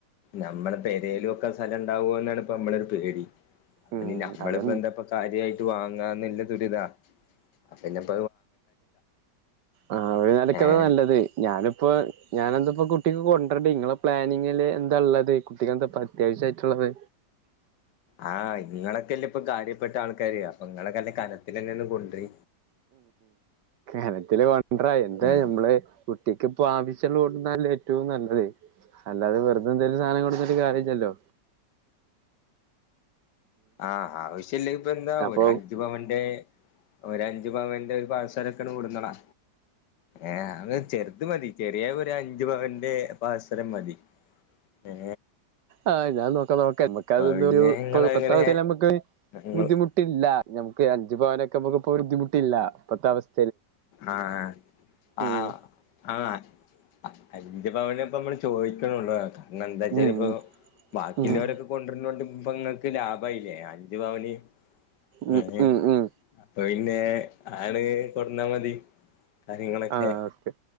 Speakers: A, on the left (about 75°); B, on the right (about 70°).
A: നമ്മളിപ്പോ ഏതേലും സ്ഥലുണ്ടാവുമ എന്നാണ് ഇപ്പ നമ്മളരു പേടി അപഞ്
B: ഉം
A: മ്മളിപ്പോ
B: അത
A: എന്താ കാര്യമായിട്ട് വാങ്ങാന്നല്ല ദുരിതാ അപ്പ ഞമ്മ
B: ആഹ് ഒര് നെലെക്ക്
A: ഏഹ്
B: അതാ നല്ലത് ഞാനിപ്പോ ഞാനെന്താപ്പ കുട്ടിക്ക് കൊണ്ടരണ്ടേ ഇങ്ങളെ പ്ലാനിങ്ങില് എന്താ ഉള്ളത് കുട്ടിക്ക്ന്താപ്പ അത്യാവശ്യായിട്ടുള്ളത്
A: ആഹ് ഇങ്ങളൊക്കെല്ലേ ഇപ്പൊ കാര്യപ്പെട്ട ആൾക്കാര് അപ്പൊ നിങ്ങളക്കന്നെ കനത്തിലന്നെ ആണ്ട് കൊൺറി
B: ഏതെങ്കിലും കൊണ്ട എന്താ
A: ഉം
B: നമ്മള് കുട്ടിക്ക് ആവശ്യമുള്ള കൊണ്ടന്നല്ല ഏറ്റവും നല്ലത് അല്ലാതെ വെർതെ എന്തേലും സാനം കൊട് ന്നിട്ട് കാര്യല്ലല്ലോ.
A: ആഹ് ആവശ്യമില്ല പിന്നെ എന്താ
B: അപ്പൊ
A: ഒരു അഞ്ചു പവൻ്റെ ഒരു അഞ്ചു പവന്റെ ഒരു പാദസരൊക്കെ കൂടുന്നളാ ഏഹ് അത് ഒരു ചെറുത് മതി ചെറിയ ഒരു അഞ്ച് ഒരു പവന്റെ പാൽസരം മതി ഏ
B: ആഹ് ഞാൻ നോക്കാ നോക്കാ നമക്ക്ത്
A: പിന്നെ ഇങ്ങള്
B: പ്പത്തവസ്ഥയില്
A: എങ്ങനെ
B: നമ്മക്ക്
A: ഇങ്ങള്
B: ബുദ്ധിമുട്ട് ട്ടില്ല നമുക്ക് അഞ്ച് പവനൊക്കെ നമുക്ക് ഇപ്പ ബുദ്ധിമുട്ടില്ല ഇപ്പത്തെ അവസ്ഥ
A: ആഹ് ആഹ്
B: ഉം
A: ആഹ് അഞ്ചു പവനിപ്പ നമ്മള് ചോദിക്കണള്ളോ കാരണം എന്താ വെച്ചാൽ
B: ഉം
A: ഇപ്പൊ ബാക്കിയുള്ളവരൊക്കെ
B: ഉം
A: കൊണ്ടുവരോണ്ട് ഇപ്പ നിങ്ങക്ക് ലാഭമായില്ലേ അഞ്ചു പവന്
B: ഉം
A: ആഹ്
B: ഉം ഉം
A: അപ്പൊ പിന്നെ ആണ് കൊടന്നാ മതി കാര്യങ്ങളൊക്കെ
B: ആഹ് ഓക്കെ